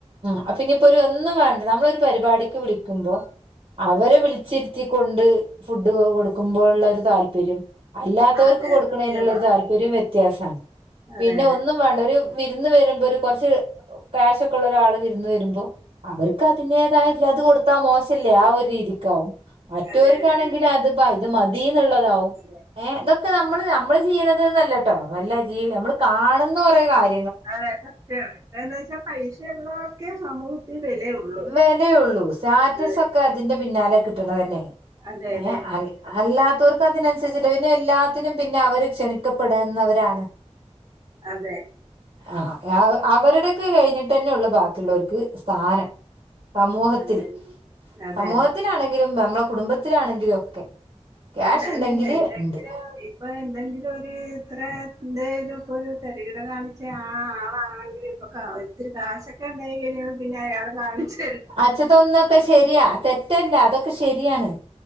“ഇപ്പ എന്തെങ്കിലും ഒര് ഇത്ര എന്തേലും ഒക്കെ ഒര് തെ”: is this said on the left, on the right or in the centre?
Right